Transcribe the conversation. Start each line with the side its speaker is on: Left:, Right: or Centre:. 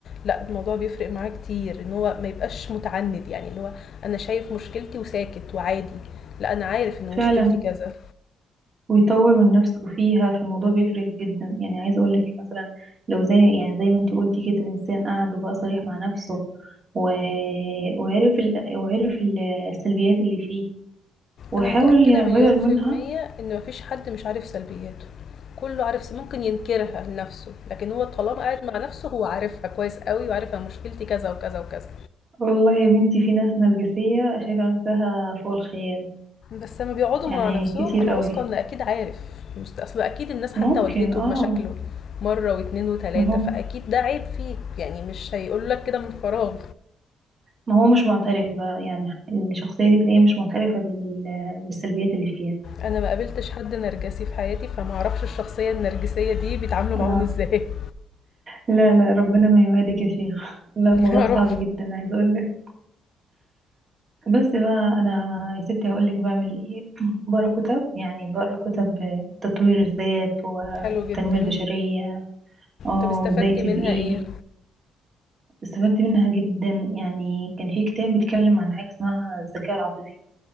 Left: لأ الموضوع بيفرق معاه كتير، إن هو ما يبقاش متعند يعني اللي هو أنا شايف مشكلتي وساكت وعادي، لأ أنا عارف إن
Right: فعلا
Left: مشكلتي كذا.
Right: ويطور من نفسه فيها فالموضوع بيفرق جدا يعني عايزة أقولك مثلا لو زي يعني زي ما انتي قلتي كده الإنسان قعد وبقى صريح مع نفسه و... وعرف ال... وعرف السلبيات اللي فيه وحاول
Left: انا متاكده
Right: يغير
Left: مليون
Right: منها
Left: في الميه ان مفيش حد مش عارف سلبياته كله عارف س- ممكن ينكرها لنفسه لكن هو طالما قاعد مع نفسه هو عارفها كويس قوي وعارف انا مشكلتي كذا وكذا وكذا
Right: والله يا بنتي في ناس نرجسية شايفة نفسها فوق الخيال
Left: بس لما بيقعدوا
Right: يعني
Left: مع نفسهم
Right: كتير
Left: انا
Right: قوي
Left: واثقه ان اكيد عارف مست- اصل اكيد الناس حتى
Right: ممكن
Left: واجهته
Right: اه
Left: بمشاكله مره واتنين وتلاته
Right: ما هو
Left: فاكيد ده عيب فيك يعني مش هيقول لك كده من فراغ
Right: ما هو مش معترف بقى يعني الشخصية دي تلاقيها مش معترفة بال- بالسلبيات اللي فيها
Left: انا ما قابلتش حد نرجسي في حياتي فما اعرفش الشخصيه النرجسيه دي بيتعاملوا
Right: لا
Left: معاهم ازاي <laughs>
Right: لا لا ربنا ما يوادك يا شيخ <laughs> لا الموضوع
Left: يا
Right: صعب
Left: رب
Right: جدا عايزة اقولك بس بقى انا يا ستي هقولك بعمل ايه <clears throat> بقرا كتب يعني بقرا كتب تطوير الذات والتنمية
Left: حلو جدا
Right: البشرية اه
Left: طب استفدتي
Right: وازاي تبقي
Left: منها ايه
Right: استفدت منها جدا يعني كان في كتاب بيتكلم عن حاجة اسمها الذكاء العاطفي